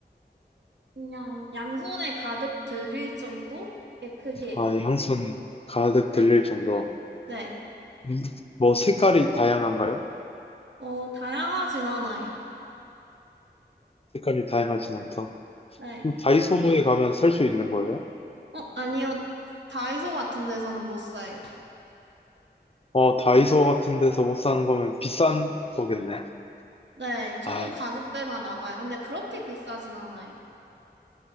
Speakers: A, on the right; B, on the left.
A: 그냥 양손에 가득 들릴 정도의 크기예요.
B: 아, 양손 가득 들릴
A: 네.
B: 정도.
A: 네.
B: 음, 뭐, 색깔이 다양한가요?
A: 어, 다양하진 않아요.
B: 색깔이 다양하진 않다.
A: 네.
B: 그럼 다이소에 가면 살 수 있는 거예요?
A: 어, 아니요. 다이소 같은 데서는 못 사요.
B: 어, 다이소 같은 데서 못 사는 거면 비싼 거겠네.
A: 네. 조금
B: 아,
A: 가격대가 나가요. 근데 그렇게 비싸진 않아요.